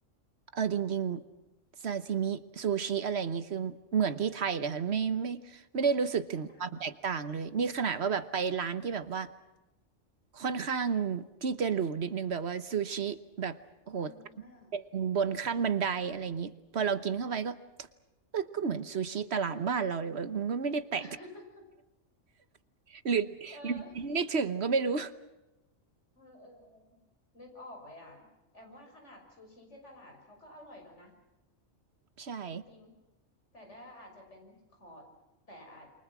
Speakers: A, on the right; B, on the left.
A: เออจริงๆซาซิมิซูชิอะไรอย่างนี้คือเหมือนที่ไทยเลยค่ะไม่ไม่ไม่ได้รู้สึกถึงความแตกต่างเลยนี่ขนาดว่าแบบไปร้านที่แบบว่า
B: ไม่ต่าง
A: ค่อนข้างที่จะหรูนิดนึงแบบว่าซูชิแบบโหตั้งเป็นบนขั้นบันไดอะไรอย่างนี้พอเรากินเข้าไปก็
B: อ่า
A: เออก็เหมือนซูชิตลาดบ้านเราเลยวะมันก็ไม่ได้แตก
B: <laughs>
A: <laughs> หรือหรือลินไม่ถึงก็ไม่รู้
B: เออ เออเออเออนึกออกเลยอ่ะแอมว่าขนาดซูชิที่ตลาดเขาก็อร่อยแล้วนะ
A: ใช่
B: จริงๆแต่ด้าอาจจะเป็นคอร์สแต่อาจ